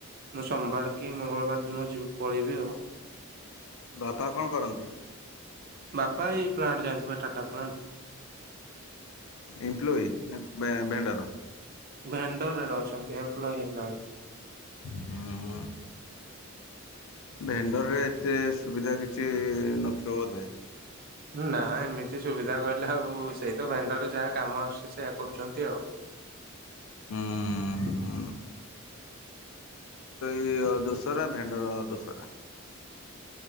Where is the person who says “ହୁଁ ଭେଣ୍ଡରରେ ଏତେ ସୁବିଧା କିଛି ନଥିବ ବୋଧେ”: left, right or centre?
Left